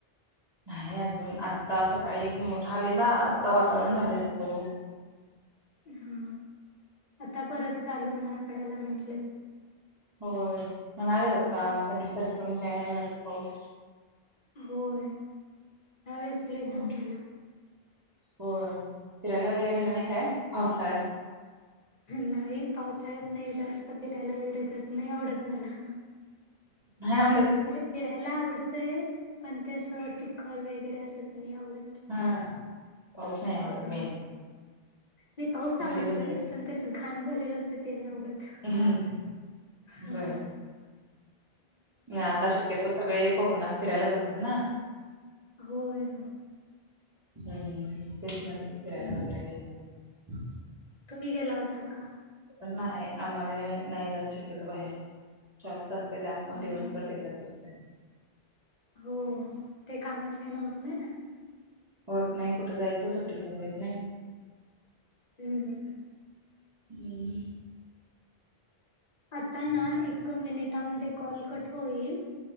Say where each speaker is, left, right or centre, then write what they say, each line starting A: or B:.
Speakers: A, on the right; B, on the left.
A: नाही अजून आत्ता सकाळी मोठा आलेला आता वातावरण झाले आता बघू.
B: हा आता परत चालू होणार पडायला म्हटलं.
A: होय म्हणालेत आता पंचवीस तारखेपर्यंत काय आहे वाटतं पाऊस.
B: होय हयावेळेवस लेटच
A: हम्म.
B: झाला.
A: होय फिरायला वगैरे गेला नाही का पावसाळ्यात?
B: नाही पावसाळ्यात नाही जास्त फिरायला वगैरे नाही आवडत मला.
A: नाही आवडत
B: म्हणजे फिरायला आवडतय पण तेसं चिखल वगैरे असं नाही आवडत.
A: हा पाऊस नाही आवडत
B: हां.
A: मेन.
B: नाही पाऊस आवडतोय
A: घरी बसले
B: पण ते असं घाण झालेलं असत ते नाही आवडत.
A: हम्म
B: हा
A: बर आता शक्यतो सगळे कोकणात फिरायला जातात ना.
B: होय
A: हम्म तेच मनल फिरायला
B: हं.
A: वगैरे गेला
B: तुम्ही गेला होता का?
A: पण नाही आम्हाला नाही जात शक्यतो बाहेर शॉपस असतंय त्यामुळे
B: हां
A: दिवसभर
B: हां
A: तीतच असतोय.
B: हो ते कामाचे हन होत नाही ना.
A: होत नाही कुठं जायचं सुट्टीपण देत नाही.
B: हम्म हम्म हम्म.
A: हम्म,
B: आता ना एक मिनिटामध्ये कॉल कट होईल